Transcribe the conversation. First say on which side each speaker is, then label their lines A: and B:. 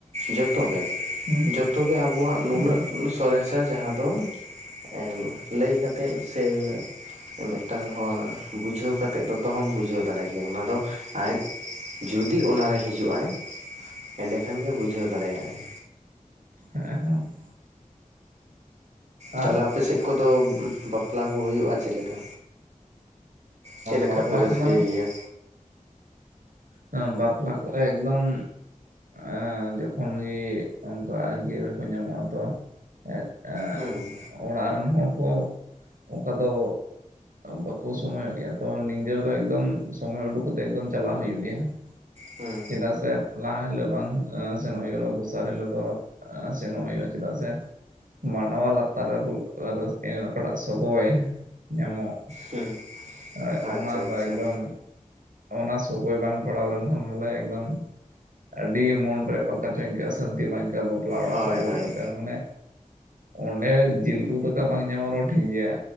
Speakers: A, on the right; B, on the right.
A: ᱡᱚᱛᱚᱜᱮ
B: ᱦᱩᱸ
A: ᱡᱚᱛᱚᱜᱮ ᱟᱵᱚᱣᱟᱜ ᱱᱩᱱᱟᱹᱜ
B: ᱦᱩᱸ
A: ᱩᱸ ᱥᱚᱨᱮᱥᱟ ᱡᱟᱦᱟᱸ ᱫᱚ ᱮᱻ ᱞᱟᱹᱭ ᱠᱟᱛᱮᱫ ᱥᱮ ᱢᱤᱫᱴᱟᱝ ᱦᱚᱲ ᱵᱩᱡᱷᱟᱹᱣ ᱠᱟᱛᱮᱫ ᱫᱚᱛᱚᱦᱚᱢ ᱵᱩᱡᱷᱟᱹᱣ ᱫᱟᱲᱮ ᱜᱮᱭᱟ ᱚᱱᱟ ᱫᱚ ᱟᱭᱡ ᱡᱩᱫᱤ ᱚᱱᱟᱨᱮ ᱦᱤᱡᱩᱜ-ᱟᱭ ᱮᱸᱰᱮᱠᱷᱟᱱᱜᱮ ᱵᱩᱡᱷᱟᱹᱣ ᱫᱟᱲᱮᱭᱟᱜᱼᱟᱭ
B: ᱦᱮᱸ ᱦᱚᱸ
A: ᱛᱟᱦᱞᱮ
B: ᱟᱨ
A: ᱟᱯᱮ ᱥᱮᱫ ᱠᱚᱫᱚ ᱵᱟᱯᱞᱟ ᱠᱚ ᱦᱩᱭᱩᱜᱼᱟ ᱪᱮᱫ ᱞᱮᱠᱟ? ᱪᱮᱫ ᱞᱮᱠᱟ
B: ᱵᱟᱯᱞᱟ
A: ᱯᱮ ᱨᱟᱹᱥᱠᱟᱹᱭ
B: ᱠᱚᱢᱟ
A: ᱜᱮᱭᱟ?
B: ᱦᱮᱸ ᱵᱟᱯᱞᱟ ᱠᱚᱨᱮ ᱮᱠᱫᱚᱢ ᱟᱼ ᱡᱚᱠᱷᱚᱱ ᱜᱮ ᱚᱝᱠᱟ ᱜᱤᱨᱟᱹ ᱠᱚ ᱧᱟᱢᱚᱜᱼᱟ ᱛᱚ ᱮᱸᱫ ᱮᱸᱜ
A: ᱦᱩᱸ
B: ᱚᱲᱟᱜ ᱨᱮᱱ ᱦᱚᱲ ᱠᱚ ᱚᱱᱠᱟ ᱫᱚ ᱵᱟᱠᱚ ᱥᱚᱢᱚᱭ ᱚᱜ ᱜᱮᱭᱟ ᱛᱚ ᱱᱤᱫᱟᱹ ᱵᱮᱲᱟ ᱮᱠᱫᱚᱢ, ᱥᱚᱢᱚᱭ ᱩᱰᱩᱠ ᱠᱚᱛᱮᱫ ᱮᱠᱫᱚᱢ ᱪᱟᱞᱟᱣ ᱦᱩᱭᱩᱜ ᱜᱮᱭᱟ
A: ᱦᱩᱸ
B: ᱪᱮᱫᱟᱜ ᱥᱮ ᱞᱟᱦᱟ ᱦᱤᱞᱳᱜ ᱵᱟᱝ ᱮᱸ ᱥᱮᱱᱚᱜ ᱦᱩᱭᱩᱜ ᱨᱮᱦᱚᱸ ᱫᱚᱥᱟᱨ ᱦᱤᱞᱳᱜ ᱫᱚ ᱥᱮᱱᱚᱜ ᱦᱩᱭᱩᱜ-ᱟ ᱪᱮᱫᱟᱜ ᱥᱮ ᱢᱟᱱᱰᱣᱟ ᱞᱟᱛᱟᱨ ᱨᱮ ᱵᱚᱞ ᱨᱟᱹᱥ ᱮᱸ ᱚᱠᱟᱴᱟᱜ ᱥᱚᱜᱚᱭ ᱧᱟᱢᱚᱜ
A: ᱦᱩᱸ
B: ᱮᱸᱜ
A: ᱟᱪᱪᱷᱟ
B: ᱚᱱᱟ
A: ᱟᱪᱪᱷᱟ
B: ᱫᱚ ᱮᱠᱫᱚᱢ ᱚᱱᱟ ᱥᱚᱜᱚᱭ ᱵᱟᱝ ᱯᱟᱲᱟᱣ ᱞᱮᱱᱠᱷᱟᱱ ᱵᱚᱞᱮ ᱮᱠᱫᱚᱢ ᱟᱹᱰᱤ ᱢᱚᱱ ᱨᱮ ᱚᱠᱟᱞᱮᱠᱟ ᱪᱟᱝ ᱟᱹᱭᱠᱟᱹᱜᱼᱟ ᱥᱟᱹᱱᱛᱤ ᱵᱟᱝ ᱟᱹᱭᱠᱟᱹᱜ-ᱟ ᱵᱚ ᱛᱳᱣᱟ ᱚᱲᱟᱜ
A: ᱦᱳᱭ
B: ᱠᱷᱚᱡ
A: ᱦᱳᱭ
B: ᱨᱩᱣᱟᱹᱲ ᱠᱟᱛᱮ ᱦᱚ ᱢᱚᱱᱮ ᱚᱸᱰᱮ ᱡᱤᱞ ᱩᱛᱩ ᱫᱠᱟ ᱵᱟᱝ ᱧᱟᱢᱚᱜ ᱨᱮᱚᱸ ᱴᱷᱤᱠ ᱜᱮᱭᱟ